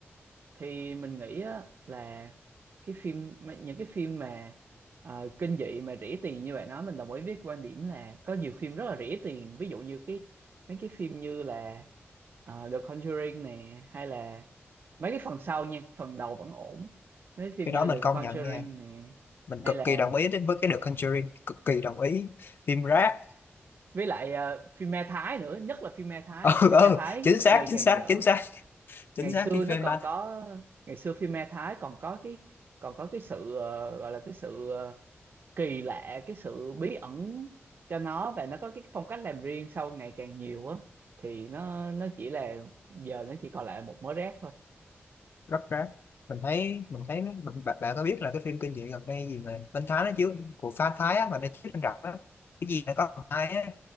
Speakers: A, on the right; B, on the left.
A: thì mình nghĩ á, là cái phim mà- những cái phim mà ờ, kinh dị mà rỉ tiền như bạn nói mình đồng ý với quan điểm là có nhiều phim rất là rỉ tiền ví dụ như cái mấy cái phim như là ờ, The Conjuring nè hay là mấy cái phần sau nha phần đầu vẫn ổn mấy phim
B: cái
A: như
B: đó mình
A: The
B: công
A: Conjuring
B: nhận nha
A: nè
B: mình
A: hay
B: cực
A: là
B: kỳ đồng ý đến với cái The Conjuring cực kỳ đồng ý phim rác
A: với lại ờ, phim ma Thái nữa nhất là phim ma
B: <laughs>
A: Thái
B: ừ
A: phim
B: ừ
A: ma Thái
B: chính xác
A: ngày
B: chính
A: càng
B: xác
A: dở
B: chính xác chính
A: ngày
B: xác
A: xưa
B: cái
A: nó
B: phim
A: còn
B: ma
A: có ngày xưa phim ma Thái còn có cái còn có cái sự ờ, gọi là cái sự ờ, kỳ lạ cái sự bí ẩn cho nó và nó có cái phong cách làm riêng sau ngày càng nhiều á thì nó nó chỉ là giờ nó chỉ còn lại một mớ rác thôi
B: rất rác mình thấy mình thấy nó- mình, bạn, bạn có biết là cái phim kinh dị gần đây gì mà bên Thái nó chiếu của pha Thái á, mà nó chiếu trên rạp á cái gì nó có thằng hai á